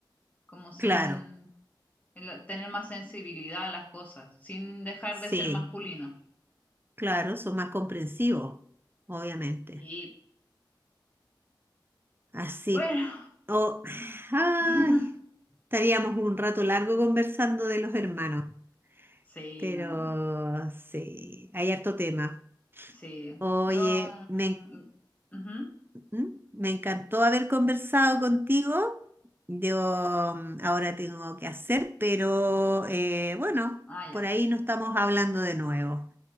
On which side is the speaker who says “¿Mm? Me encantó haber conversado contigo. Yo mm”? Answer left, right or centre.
Right